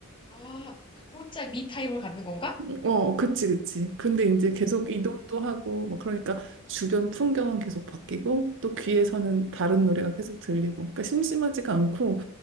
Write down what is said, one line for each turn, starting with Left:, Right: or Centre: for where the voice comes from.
Left: 아, 그 혼자 미타임을 갖는 건가?
Right: <laughs> 어, 그치, 그치. 근데
Left: 음,
Right: 이제 계속 이동도 하고, 뭐 그러니까 주변 풍경은 계속 바뀌고, 또 귀에서는 다른 노래가 계속 들리고, 그러니까 심심하지가 않고,